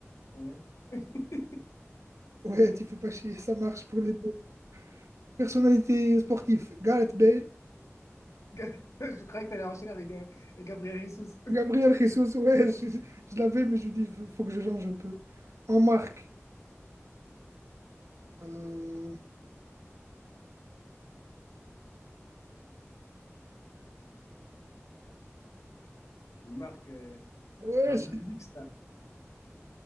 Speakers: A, on the left; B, on the right.
A: ouais. <laughs>
B: Ouais, tu fais pas chier, ça marche pour les deux. Personnalité sportive, Gareth Bale.
A: Je croyais que t'allais enchaîner avec euh, avec Gabriel Jesus.
B: Gabriel Jesus, ouais, <laughs> je, je- l'avais, mais je lui dis, il faut que je change un peu. En marque, euh,
A: Une marque, euh,
B: ouais,
A: une marque
B: c'est-
A: de luxe, là. Une